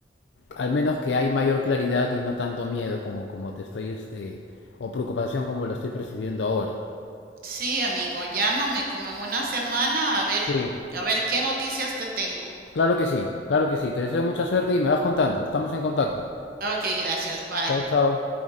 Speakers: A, on the left; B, on the right.
A: al menos que hay mayor claridad y no tanto miedo como, como te estoy, este, o preocupación como lo estoy percibiendo ahora.
B: Sí, amigo, llámame como en una semana a ver,
A: Sí,
B: a ver qué noticias te tengo.
A: claro que sí, claro que sí. Te deseo mucha suerte y me vas contando. Estamos en contacto.
B: Ok, gracias, bye.
A: Chao, chao.